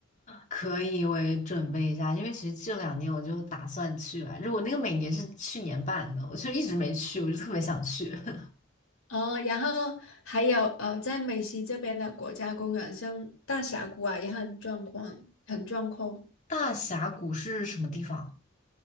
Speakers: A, on the left; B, on the left.
A: 可以，我也准备一下，因为其实这两年我就打算去来着，我那个每年是去年办的，我就一直没去，我就特别想去。<laughs>
B: 哦，然后还有呃，在美西这边的国家公园，像大峡谷啊，也很壮观，很壮阔。
A: 大峡谷是什么地方？